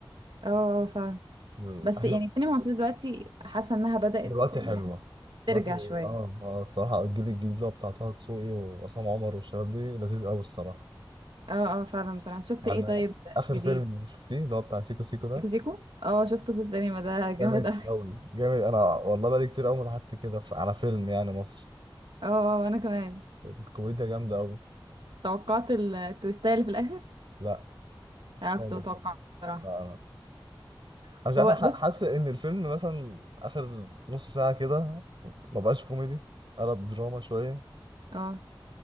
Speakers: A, on the right (about 85°); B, on the right (about 65°).
A: اه آه، فعلا
B: <laughs>
A: بس يعني السينما المصريه دلوقتي حاسه انها بدات
B: دلوقتي
A: يعني
B: حلوة
A: ترجع
B: دلوقتي
A: شويه
B: اه اه الصراحة الجيل الجديد اللي هو بتاع طه دسوقي وعصام عمر والشباب دي لذيذ أوي الصراحة
A: اه اه فعلا بصراحه انت شفت
B: يعني
A: ايه طيب
B: آخر
A: جديد
B: فيلم شفتيه اللي هو بتاع سيكو سيكو ده
A: سيكو سيكو اه شفته في السينما ده جامد
B: جامد
A: اوي
B: أوي جامد أنا والله بقالي كتير أوي ما ضحكت كده في- على فيلم يعني مصر
A: اه آه، اه، وانا كمان
B: الكوميديا جامدة أوي
A: توقعت ال- التويستاية اللي في الاخر
B: لا خالص
A: اه كنت متوقعه بصراحه
B: لا انا مش عارف
A: هو
B: ح-
A: بص
B: حاسس ان الفيلم مثلا اخر نص ساعه كده ما بقاش كوميدي قلب دراما شويه
A: اه